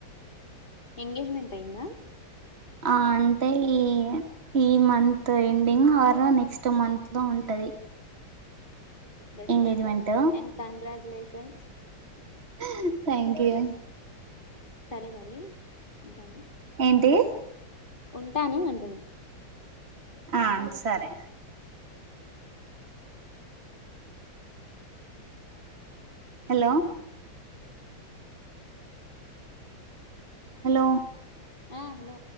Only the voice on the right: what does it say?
ఆ అంటే ఈ ఈ month ending or next month లో ఉంటాది.
engagement
హా థ్యాంక్ యూ
ఏంటి
ఆ సరే హలో హలో